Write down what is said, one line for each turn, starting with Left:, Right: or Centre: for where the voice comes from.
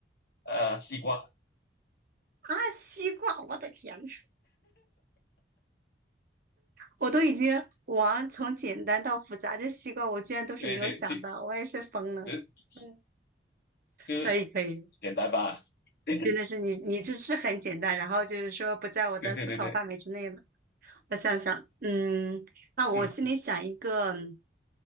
Left: 呃，西瓜，
Right: 啊，西瓜，我的天呐，我都已经往从简单到复杂，这西瓜我居然都是没有想到，
Left: 对对对，就
Right: 我也是疯了。
Left: 就
Right: 嗯，
Left: 就
Right: 可以可以，
Left: 简单吧，<laughs> 对
Right: 真的是你你这是很简单，然后就是说不在我的思考范围之内了。
Left: 对对对，
Right: 我想想，嗯，那我心里想一个嗯
Left: 嗯，